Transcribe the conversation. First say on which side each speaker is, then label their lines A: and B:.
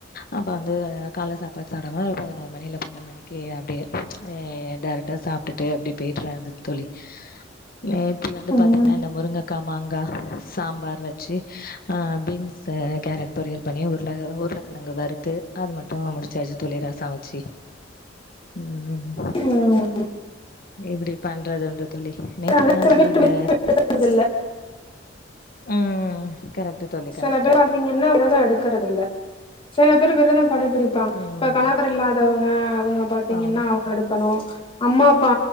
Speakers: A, on the left (about 50°); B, on the left (about 30°).
A: அப்ப வந்து கால்ல சாப்பாடு சாப்ட பதினோரு மணி இல்ல பன்னொ மணி யே அப்படியே ஹ் டேரக்டா சாப்பிட்டுட்டு அப்படி போயடுறேது தோழி நேத்தி வந்து
B: ம்
A: பாத்தீங்கன்னா இந்த முருங்க கா. மாங்கா சாம்பார் வச்சு பீன்ஸ கேரட் பொரியல் பண்ணி உருளை உருளைக்கிழுங்குவறுத்து அது மட்டும் ஆ முடிச்சாச்சு தோழி ரா சாட்சி உம்
B: ம்,
A: எப்படி பண்றதுண்டு தோழி நேத்துக்த்
B: ஆனா
A: தா
B: சில
A: தோழி
B: பேர்
A: இந்த
B: விடுறது இல்ல
A: உம் கரெக்ட் தோழி கரெக்ட்
B: சில பேர் பாத்தீங்கன்னா விரதம் எடுக்கறத இல்ல சில பேர் விரதம் கடைபிடிப்பாங்க
A: ம்
B: இப்ப கணவர் இல்லாதவங்க அவங்க பாத்தீங்கன்னா
A: ஆம்
B: அவங்க எடுக்கணும் அம்மா அப்பா